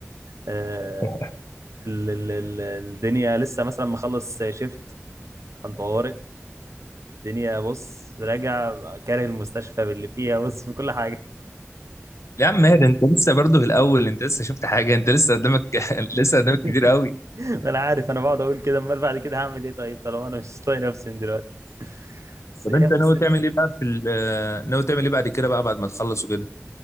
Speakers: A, on the right (about 85°); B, on the left (about 80°).
A: آه
B: <laughs>
A: ال ال ال الدنيا لسه مثلا مخلص شيفت عن طوارئ الدنيا بص راجع كاره المستشفى باللي فيها بص في كل حاجة
B: لا يا عم هادي انت لسه برضه في الاول انت لسه شفت حاجه انت لسه قدامك <laughs>
A: <laughs>
B: لسه قدامك كتير قوي
A: ما انا عارف انا بقعد اقول كده امال بعد كده هعمل ايه طيب طالما انا مش طايق نفسي من دلوقتي بس
B: طب
A: هي
B: انت ناوي
A: بص
B: تعمل ايه بقى في ال- ناوي تعمل ايه بعد كده بقى بعد ما تخلص وكده